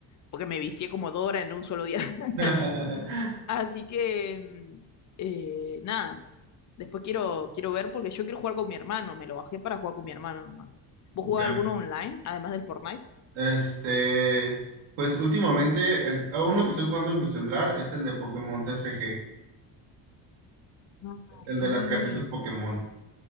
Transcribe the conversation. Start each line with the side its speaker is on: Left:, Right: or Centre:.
Left: porque me vicié como Dora en un solo día. <laughs>
Right: <laughs>
Left: Así que, mm, eh, nada, después quiero, quiero ver porque yo quiero jugar con mi hermano, me lo bajé para jugar con mi hermano nomás. ¿Vos
Right: Ya.
Left: jugás alguno online, además del Fortnite?
Right: Este, pues últimamente, el- a uno que estoy jugando en mi celular es el de Pokémon TCG,
Left: Ah,
Right: el
Left: sí.
Right: de las cartitas Pokémon.